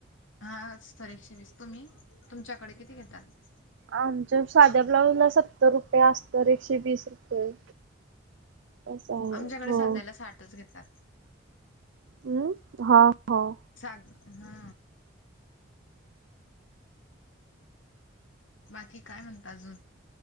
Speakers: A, on the left; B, on the right.
A: हा अस्तर एकशेवीस तुम्ही तुमच्याकडे किती घेतात.
B: आमच्या साध्या ब्लाऊज ला सत्तर रुपये अस्तर एकशे वीस रुपये. असं आहे
A: आमच्याकडे
B: हो
A: सध्याला साठच घेतात.
B: हम्म हा हा
A: साठ हा बाकी काय म्हणता अजून